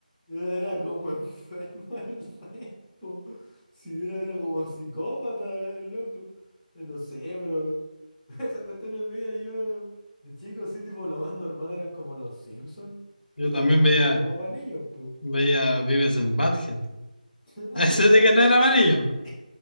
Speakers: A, in the centre; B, on the left.
A: No Era como <laughs> enfermo el repo. Si era, era como psicópata el loco. Eh, No sé, pero <laughs> esas cuestiones mías yo de chico sí, tipo lo más normal eran como los Simpsons,
B: Yo
A: que
B: también
A: tampoco
B: veía,
A: eran como para niños, po.
B: veía Vives en Badhead.
A: <laughs>
B: <laughs>
A: Ah,
B: Ese
A: de veras,
B: sí que no era amarillo.
A: <laughs>